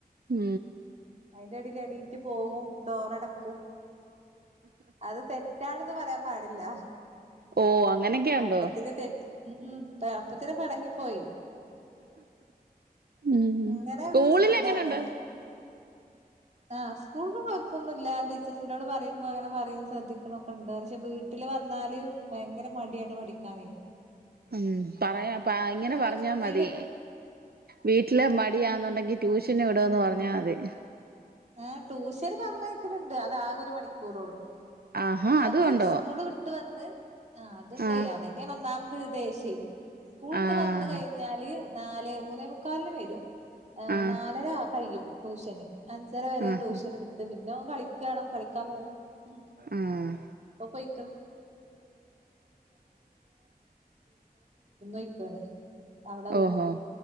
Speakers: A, on the right; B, on the right.
A: ഉം
B: <unintelligible> പോകും ഡോറട ക്കും അത് തെറ്റാണെന്ന് പറയാ പാടില്ല
A: ഓ അങ്ങനൊക്കെ ഉണ്ടോ
B: അപ്പത്തിന് തെറ്റ് ഉം അപ്പത്തിന് പിണങ്ങിപ്പോയി
A: ഉം
B: ഇങ്ങനെ
A: സ്കൂളിൽ
B: ഒരു ഇതാണ്
A: എങ്ങനുണ്ട്
B: ആ സ്കൂളില് കുഴപ്പമൊന്നുമില്ല. ടീച്ചേഴ്സിനോട് പറയുമ്പോ അങ്ങനെ പറയും ശ്രദ്ധിക്കണ ഒക്കെ ഇണ്ട് പക്ഷെ വീട്ടില് വന്നാല് ഭയങ്കര മടിയാണ് പഠിക്കാന്
A: ഉം പറയാപ്പ ഇങ്ങനെ പറഞ്ഞാ
B: വൃത്തിയില്
A: മതി വീട്ടിലെ മ <unintelligible> ട്യൂഷന് വിടുവെന്ന് പറഞ്ഞമതി
B: ആ ട്യൂഷന് പറഞ്ഞയിക്കാലുണ്ട് അതാകെ ഒരു മണിക്കൂറ ഉള്ളൂ
A: ആഹാ അതും
B: അത്
A: ഉണ്ടോ
B: സ്കൂള് വിട്ട് വന്ന് ആ അതുഉണ്ടേ
A: ആഹ്
B: അതന്നെയാ ഒന്നാ വിദേശി സ്കൂള്‌ട്ട്
A: ആഹ്
B: വന്ന് കഴിഞ്ഞാല് നാലെ മൂന്നേ മുക്കാലന് വരും ഏ
A: ആഹ്
B: നാലര കഴിയും ട്യൂഷന് അഞ്ചര വരെ
A: ആഹ്
B: ട്യൂഷൻ എടുത്ത് പിന്നെ ഓൻ കളിക്ക <unintelligible> ഉം
A: ആഹ്
B: അപ്പ പോയി <unintelligible> അവിടെ വീട്ട്ക്ക്
A: ഓഹോ